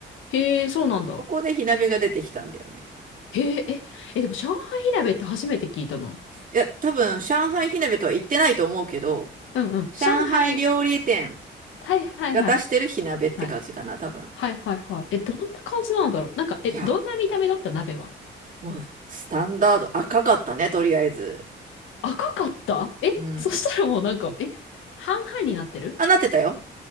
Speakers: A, on the left (about 80°); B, on the right (about 45°).
A: へえ、そうなんだ。
B: そこで火鍋が出てきたんだよね。
A: へえ、え、え、でも上海火鍋って初めて聞いたな。
B: いや、多分、上海火鍋とは言ってないと思うけど、
A: うんうん。
B: 上海料理店
A: 上海、はいはいはい
B: が出してる火鍋って感じかな、
A: はい。
B: 多分。
A: はいはいはい。え、どんな感じなんだろうなんか、
B: いや、
A: え、どんな見た目だった鍋は
B: もう、スタンダード、赤かったね、とりあえず。
A: 赤かったえ、
B: うん。
A: そしたらもうなんか、え、半々になってる
B: あ、なってたよ。